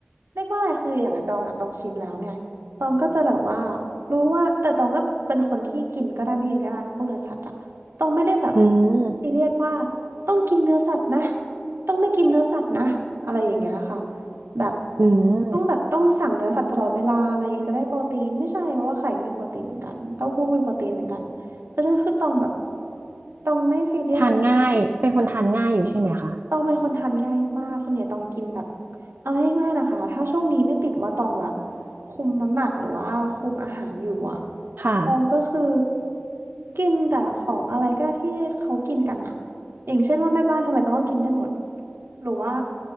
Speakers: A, on the right; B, on the right.
A: เรียกว่าอะไรคืออย่างตองอะตองชินแล้วไงตองก็จะแบบว่ารู้ว่าแต่ตองก็เป็นคนที่กินก็ได้ไม่กินก็ได้ค่ะพวกเนื้อสัตว์อะตองไม่ได้แบบ
B: อืม
A: ซีเรียสว่าต้องกินเนื้อสัตว์นะต้องไม่กินเนื้อสัตว์นะอะไรอย่างเงี้ยค่ะ แบบ
B: อืม
A: ต้องแบบต้องสั่งเนื้อสัตว์ตลอดเวลาอะไรอย่างเงี้ยจะได้โปรตีนไม่ใช่เพราะว่าไข่ก็มีโปรตีนเหมือนกันเต้าหู้มีโปรตีนเหมือนกันเพราะฉะนั้นคือต้องแบบต้องไม่ซีเรียสเลยต้บกิน
B: ทานง่ายเป็นคนทานง่ายอยู่ใช่ไหมคะ
A: ตองเป็นคนทานง่ายมากส่วนใหญ่ตองกินแบบเอาง่ายๆนะคะถ้าช่วงนี้ไม่ติดว่าตองแบบคุมน้ำหนักหรือว่าคุมอาหารอยู่อะ
B: ค่ะ
A: ตองก็คือกินแต่ของอะไรก็ที่เขากินกันอะอย่างเช่นว่าแม่บ้านทำอะไรตองก็กินได้หมดหรือว่า